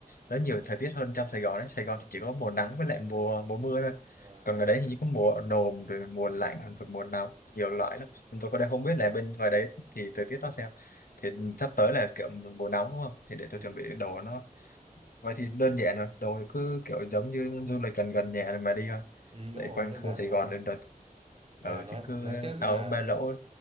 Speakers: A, on the left; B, on the right.
A: nó nhiều thời tiết hơn trong Sài Gòn đấy Sài Gòn thì chỉ có mùa nắng với lại mùa mùa mưa thôi
B: à,
A: còn ngoài đấy thì chỉ có mùa nồm rồi mùa lạnh rồi mùa nóng nhiều loại lắm Nên tôi có đang không biết là bên ngoài đấy thì thời tiết nó sao thì sắp tới là kiểu mùa nóng đúng không thì để tôi
B: ừ,
A: chuẩn bị đồ nó vậy thì đơn giản rồi đồ thì cứ kiểu giống như du lịch gần gần nhà rồi mà đi thôi
B: ừ, đúng
A: tại
B: rồi,
A: quanh
B: đơn
A: khu
B: giản
A: Sài
B: mà.
A: Gòn nên đợt
B: À
A: ở
B: nói
A: thì cứ
B: nói trước
A: áo
B: là
A: ba lỗ